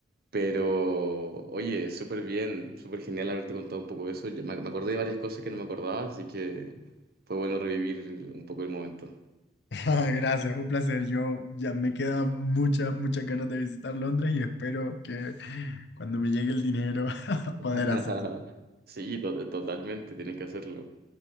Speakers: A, on the right (about 55°); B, on the left (about 60°).
A: Pero, oye, súper bien, súper genial haberte contado un poco de eso. Yo me, me acordé de varias cosas que no me acordaba, así que fue bueno revivir un poco el momento.
B: <laughs> Gracias, un placer. Yo ya me quedan muchas, muchas ganas de visitar Londres y espero que cuando me llegue el dinero <laughs>
A: <laughs>
B: poder hacerlo.
A: Sí, to- totalmente, tienes que hacerlo.